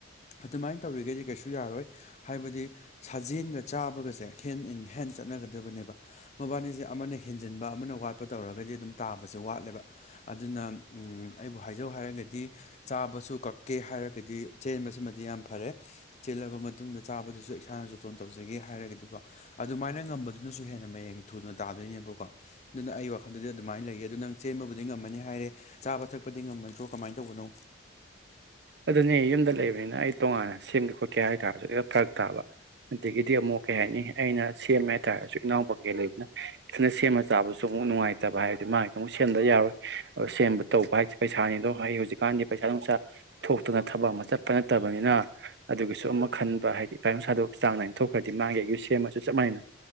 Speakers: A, on the left; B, on the right.
A: ꯑꯗꯨꯃꯥꯏꯅ ꯇꯧꯔꯤꯒꯩꯗꯤ ꯀꯩꯁꯨ ꯌꯥꯔꯣꯏ ꯍꯥꯏꯕꯗꯤ ꯁꯥꯖꯦꯟꯒ ꯆꯥꯕꯒꯁꯦ ꯍꯦꯟ ꯏꯟ ꯍꯦꯟ ꯆꯠꯅꯒꯗꯕꯅꯦꯕ ꯃꯕꯥꯅꯤꯁꯦ ꯑꯃꯅ ꯍꯦꯟꯖꯤꯟꯕ ꯑꯃꯅ ꯋꯥꯠꯄ ꯇꯧꯔꯒꯗꯤ ꯑꯗꯨꯝ ꯇꯥꯕꯁꯦ ꯋꯥꯠꯂꯦꯕ ꯑꯗꯨꯅ ꯑꯩꯕꯨ ꯍꯥꯏꯖꯧ ꯍꯥꯏꯔꯒꯗꯤ ꯆꯥꯕꯁꯨ ꯀꯛꯀꯦ ꯍꯥꯏꯔꯒꯗꯤ ꯆꯦꯟꯕꯁꯤꯃꯗꯤ ꯌꯥꯝ ꯐꯔꯦ ꯆꯦꯜꯂꯕ ꯃ ꯇꯨꯡꯗ ꯆꯥꯕꯗꯨꯁꯨ ꯏꯁꯥꯅ ꯆꯣꯇꯣꯟ ꯇꯧꯖꯒꯦ ꯍꯥꯏꯔꯒꯗꯤꯀꯣ ꯑꯗꯨꯃꯥꯏꯅ ꯉꯝꯕꯗꯨꯅꯁꯨ ꯍꯦꯟꯅ ꯃꯌꯦꯡ ꯊꯨꯅ ꯇꯥꯗꯣꯏꯅꯦꯕꯀꯣ ꯑꯗꯨꯅ ꯑꯩ ꯋꯥꯈꯟꯗꯗꯤ ꯑꯗꯨꯃꯥꯏꯅ ꯂꯩꯌꯦ ꯑꯗ‌ꯣ ꯅꯪ ꯆꯦꯟꯕꯕꯨꯗꯤ ꯉꯝꯃꯅꯤ ꯍꯥꯏꯔꯦ ꯆꯥꯕ ꯊꯛꯄꯗꯤ ꯉꯝꯃꯗ꯭ꯔꯣ ꯀꯃꯥꯏꯅ ꯇꯧꯕꯅꯣ
B: ꯑꯗꯨꯅꯦ ꯌꯨꯝꯗ ꯂꯩꯕꯅꯤꯅ ꯑꯩ ꯇꯣꯉꯥꯟꯅ ꯁꯤꯟꯒꯦ ꯈꯣꯠꯀꯦ ꯍꯥꯏꯇꯥꯔꯁꯨ ꯍ‌ꯦꯛ ꯐꯔꯛ ꯇꯥꯕ ꯑꯗꯒꯤꯗꯤ ꯑꯃꯨꯛ ꯀꯩ ꯍꯥꯏꯅꯤ ꯑꯩꯅ ꯁꯦꯝꯃꯦ ꯍꯥꯏꯇꯥꯔꯁꯨ ꯏꯅꯥꯎꯄꯥꯀꯩ ꯀꯩ ꯂꯩꯕꯅꯤꯅ ꯏꯊꯟꯇ ꯁꯦꯝꯃ ꯆꯥꯕꯗꯨꯁꯨ ꯑꯃꯨꯛ ꯅꯨꯡꯉꯥꯏꯇꯕ ꯍꯥꯏꯕꯗꯤ ꯃꯥꯒꯤꯁꯨ ꯑꯃꯨꯛ ꯁꯦꯝꯕ ꯌꯥꯔꯣꯏ ꯑꯗꯨ ꯁꯦꯝꯕ ꯇꯧꯕ ꯍꯥꯏꯁꯦ ꯄꯩꯁꯥꯅꯤꯗꯣ ꯑꯩ ꯍꯧꯖꯤꯛꯀꯥꯟꯗꯤ ꯄꯩꯁꯥ ꯅꯨꯡꯁꯥ ꯊꯣꯛꯇꯅ ꯊꯕꯛ ꯑꯃ ꯆꯠꯄ ꯅꯠꯇꯕꯅꯤꯅ ꯑꯗꯨꯒꯤꯁꯨ ꯑꯃꯨꯛ ꯈꯟꯕ ꯍꯥꯏꯗꯤ ꯇꯥꯏꯃꯤꯡ ꯁꯥꯗꯣꯛ ꯆꯥꯡ ꯅꯥꯏꯅ ꯊꯣꯛꯈ꯭ꯔꯗꯤ ꯃꯥꯒꯤ ꯑꯩꯒꯤꯁꯨ ꯁꯦꯝꯃꯁꯨ ꯆꯞ ꯃꯥꯟꯅꯩꯗꯅ